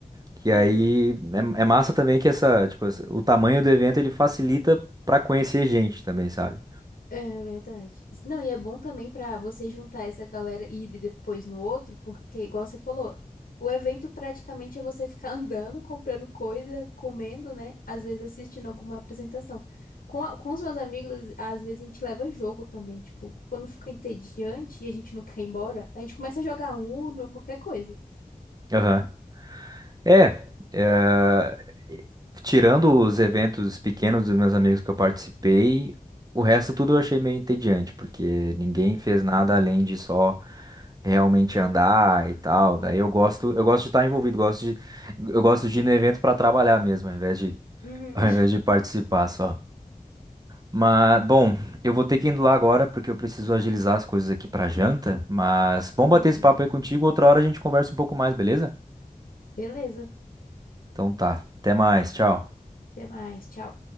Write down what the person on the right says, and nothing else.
Que
aí é, é massa também que essa, tipo, essa- o tamanho do evento ele facilita pra conhecer gente também, sabe?
Aham. É, é, tirando os eventos pequenos dos meus amigos que eu participei, o resto tudo eu achei meio entediante, porque ninguém fez nada além de só realmente andar e tal. Daí eu gosto, eu gosto de estar envolvido, gosto de, eu gosto de ir no evento para trabalhar mesmo, ao invés de,
ao invés de participar só. Mas, bom, eu vou ter que ir indo lá agora porque eu preciso agilizar as coisas aqui pra janta. Mas bom bater
esse papo aí contigo. Outra hora a gente conversa um pouco mais, beleza?
Então tá. Até mais. Tchau.